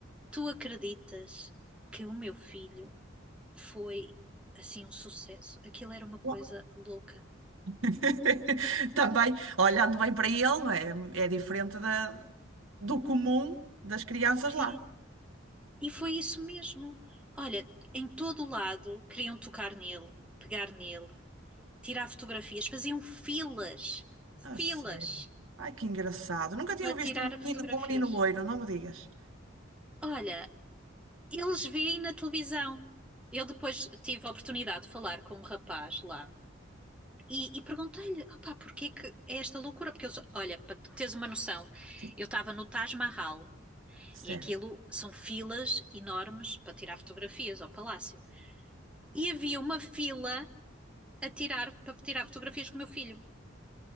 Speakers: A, in the centre; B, on the right.
A: tu acreditas que o meu filho foi, assim, um sucesso? Aquilo era uma coisa
B: Ó.
A: louca.
B: <laughs> também, olhando bem para ele, não é, é diferente da- do comum das crianças
A: Sim,
B: lá.
A: e foi isso mesmo. Olha, em todo o lado queriam tocar nele, pegar nele, tirar fotografias, faziam filas,
B: A
A: filas
B: sério. Ai, que engraçado. Nunca tinha
A: para
B: visto
A: tirar
B: um
A: fotografias.
B: menino, um menino loiro, não me digas.
A: Olha, eles veem na televisão. Eu depois tive a oportunidade de falar com um rapaz lá e, e perguntei-lhe, opá, porquê que é esta loucura? Porque eu, sou- olha, para tu teres uma noção,
B: Sim,
A: eu estava no Taj Mahal
B: certo.
A: e aquilo são filas enormes para tirar fotografias ao palácio. E havia uma fila a tirar, para tirar fotografias com o meu filho.